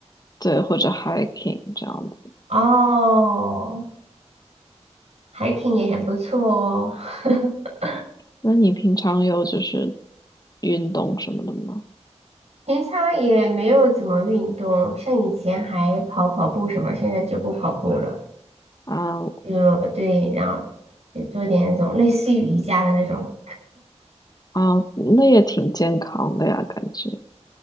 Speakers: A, on the left (about 35°); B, on the right (about 65°).
A: 对，或者 hiking 这样子。
B: 哦，hiking 也很不错哦。<laughs>
A: 那你平常有就是运动什么的吗？
B: 平常也没有怎么运动，像以前还跑跑步什么，现在就不跑步了。
A: 啊
B: 就对，然后也做点那种类似于瑜伽的那种。
A: 啊，那也挺健康的呀，感觉。